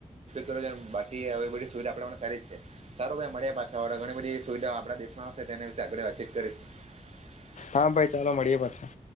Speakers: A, on the right; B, on the left.
A: છે <unintelligible> બાકી અહ બધી સુવિધા આપને સારી જ છે સારું ભાઈ મળ્યા પાછાળ ઘણી બધી સુવિધાઓ આપણા દેશમાં આવશે તેના વિશે આગળ વાતચીત કરીશું. હ <unintelligible>
B: હા ભાઈ ચાલો મળીએ પાછા.